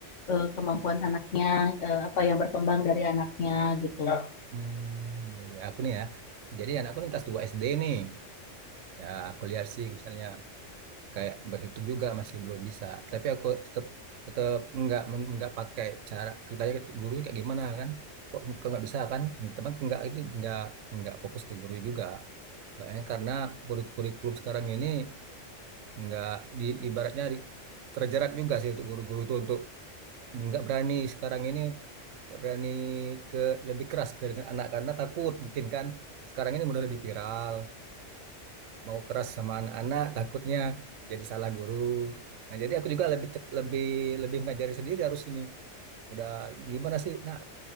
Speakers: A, on the left (about 80°); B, on the right (about 80°).
A: eh, kemampuan anaknya eh, apa yang berkembang dari anaknya gitu. Ya,
B: Hmm, ya aku nih ya. Jadi anakku nih kelas 2 SD nih. Ya aku lihat sih misalnya kayak berhitung juga masih belum bisa. Tapi aku tetap tetap nggak men- nggak pakai cara kita gurunya kayak gimana kan? Kok kok nggak bisa kan? Teman nggak itu nggak nggak fokus ke guru juga. Makanya karena kur- kurikulum sekarang ini nggak di ibaratnya di- terjerat juga sih untuk guru-guru itu untuk nggak berani sekarang ini nggak berani ke lebih keras ke dengan anak karena takut mungkin kan sekarang ini udah lebih viral mau keras sama anak-anak takutnya jadi salah guru nah jadi aku juga lebih tek- lebih lebih ngajari sendiri harus ini udah gimana sih nah